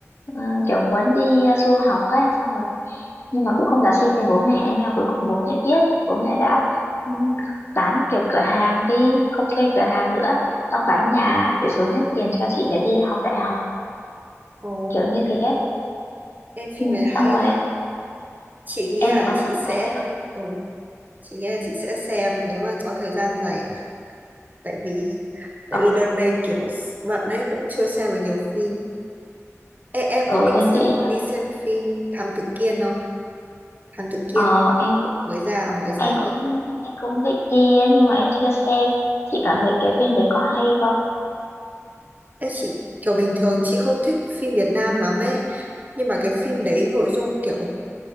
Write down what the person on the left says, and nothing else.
ờ, kiểu muốn đi ờ, du học ấy xong rồi nhưng mà cũng không dám xin tiền bố mẹ nhưng mà cuối cùng bố mẹ biết bố mẹ đã ừ, bán kiểu cửa hàng đi không thuê cửa hàng nữa xong bán nhà để dồn hết tiền cho chị để đi học đại học
kiểu như thế
Ừ,
xong rồi
em
nó
nó kêu
ở
ở
em
nghĩ
ờ, em cũng
em cũng
em cũng định đi ấy, nhưng mà em chưa xem chị cảm thấy cái phim đấy có hay không